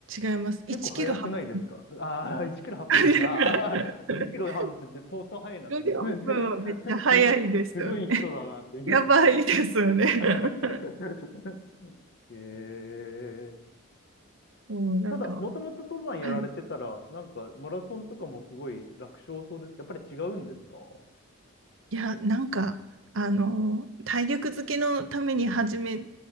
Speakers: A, on the right; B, on the left.
A: 違います。
B: 結構早くないですかああー、
A: 1キロ8分。
B: 1キロ8分だった。
A: <laughs>
B: ああ、2キロ8分って相当早いなと思ったんですけど、
A: 14分はめっちゃ早いですよね。
B: <laughs> すごい、すごい人だなって、今の人。
A: やばいですよね。<laughs>
B: <laughs> ええ
A: もうなんか、
B: ただ、もともと登山やられてたら、
A: はい
B: なんか、マラソンとかもすごい楽勝そうですけど、やっぱり違うんですかは
A: いや、なんか、あの、体力づけのために始め